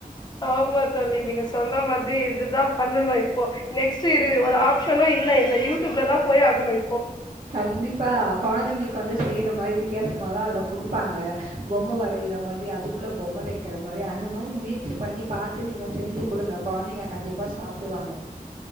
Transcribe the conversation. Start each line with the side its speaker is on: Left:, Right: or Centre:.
Left: ஆமா தோழி நீங்க சொன்ன மாதிரி இதுதா பண்ணணு இப்போ நெக்ஸ்ட் ஒரு ஆப்ஷனு இல்ல இந்த யூடிப்ல தா போய் ஆகணு இப்போ
Right: கண்டிப்பா கொழந்தைங்களுக்கு வந்து செய்யற மாரி வித்தியாசமாலா அதுல குடுப்பாங்க பொம்ம வரையிற மாரி அதுக்குள்ள பொம்ம வைக்கிற மாரி அந்த மாரி முயற்சி பண்ணி பாத்து நீங்க செஞ்சு குடுங்க கொழந்தைங்க கண்டிப்பா சாப்டுவாங்க